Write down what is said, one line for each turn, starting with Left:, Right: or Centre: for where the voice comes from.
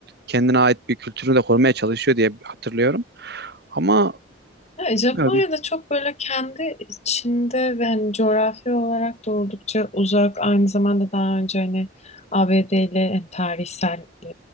Right: kendine ait bir kültürünü de korumaya çalışıyor diye hatırlıyorum. Ama
Left: Ya, Japonya'da
Right: bilmiyorum.
Left: çok böyle kendi içinde ve hani coğrafi olarak da oldukça uzak. Aynı zamanda daha önce hani ABD ile hani tarihsel e,